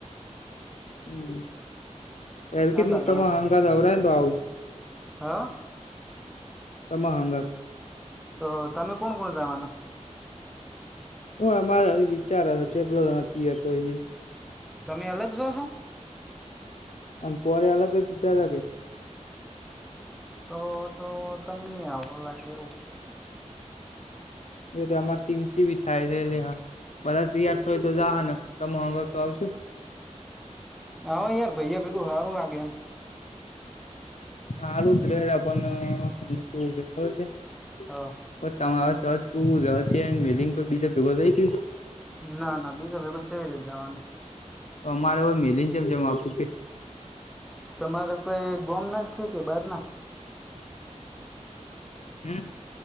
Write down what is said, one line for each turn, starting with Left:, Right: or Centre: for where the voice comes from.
Left: હમ્મ કેમ
Centre: આટલા
Left: તમે હંગાત નવરા હેન તો આવું
Centre: હ?
Left: તમા હંગાત.
Centre: તો તમે કોણ કોણ જાવાના.
Left: હું અમારે હજી વિચાર હે ચેટલા જણા તિયાર થાય હજી.
Centre: તમે અલગ જો છો.
Left: અમે પોરે અલગ ગ્યા લાગે.
Centre: તો તો તને નહી આવહો લાગે એવું.
Left: એ તો અમાર ટીમચી ભી થાય છે એટલે હા. બધા તિયાર થાય તો જાય ને તો તમાર હંગાત તો આવશું.
Centre: હા યાર ભૈયા ભેગું હારું લાગે એમ.
Left: હાલ ઉતરે પણ બજેટ કેવું છે ખબર છે.
Centre: હા.
Left: <unintelligible>
Centre: ના ના બીજ ભેગો ચઇ રીતે જવાનું.
Left: અમારે હો મીલીને જેમ-જેમ આપું કે.
Centre: તમારે કોઈ ગોમ ના જ છે કે બાર ના?
Left: હમ